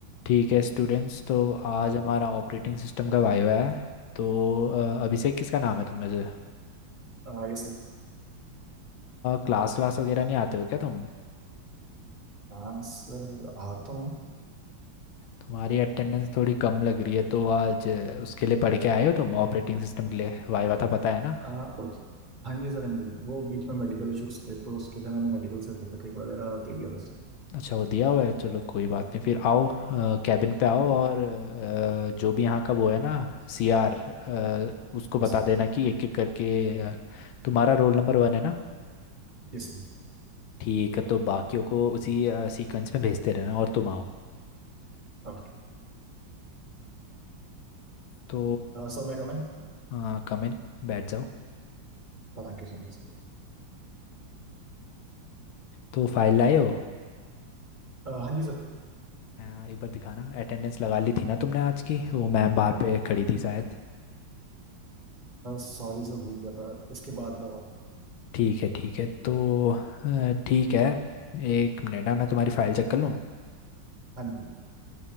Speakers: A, on the left; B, on the right.
A: ठीक है स्टूडेंट्स तो आज हमारा ऑपरेटिंग सिस्टम का वाइवा है तो अ, अभिषेक किसका नाम है तुम में से
B: आ, yes sir
A: क्लास क्लास वगैरह नहीं आते हो क्या तुम
B: हाँ sir आता हूँ
A: तुम्हारी अटेंडेंस थोड़ी कम लग रही है तो आज अ, उसके लिए पढ़ के आए हो तुम ऑपरेटिंग सिस्टम के लिए वाइवा था पता है ना
B: आ, हाँ जी सर हाँ जी वो बीच में मेडिकल इश्यूज थे तो उसके लिए मैंने मेडिकल सर्टिफिकेट वगैरह दे दिया था sir
A: अच्छा वो दिया हुआ है चलो कोई बात नहीं फिर आओ कैबिन पे आओ और अ, जो भी यहाँ का वो है ना सीआर उसको बता
B: Yes
A: देना कि एक एक करके अ, तुम्हारा रोल नंबर वन है ना
B: Yes sir
A: ठीक है तो बाकियों को उसी सीक्वेंस में भेजते रहना और तुम आओ
B: Okay
A: तो
B: Sir मैं comment
A: हाँ। कम इन बैठ जाओ
B: Thank you so much sir
A: तो फाइल लाए हो
B: आ, हाँ जी सर
A: हाँ, एक बार दिखाना अटेंडेंस लगा ली थी ना तुमने आज की वो मैम बाहर पे खड़ी थी शायद
B: सॉरी सर भूल गया था इसके बाद आ,
A: ठीक है ठीक है तो अ, ठीक है एक मिनट हाँ, मैं तुम्हारी फाइल चेक कर लूँ
B: हाँ जी